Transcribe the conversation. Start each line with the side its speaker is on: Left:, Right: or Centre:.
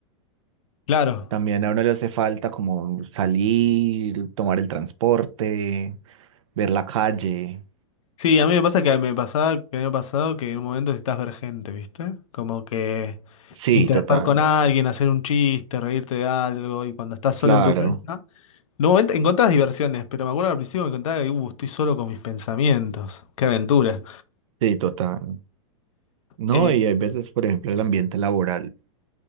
Left: claro,
Right: También a uno le hace falta como salir, tomar el transporte, ver la calle.
Left: Sí, a mí me pasa que me pasaba, que me ha pasado que en un momento necesitas ver gente, ¿viste? Como que
Right: Sí,
Left: interactuar
Right: total.
Left: con alguien, hacer un chiste, reírte de algo, y cuando estás solo
Right: Claro,
Left: en tu casa, en un momento encontrás diversiones, pero me acuerdo que al principio me contaba que "Uh, estoy solo con mis pensamientos, qué aventura.
Right: sí, total. No,
Left: Eh,
Right: y hay veces, por ejemplo, el ambiente laboral,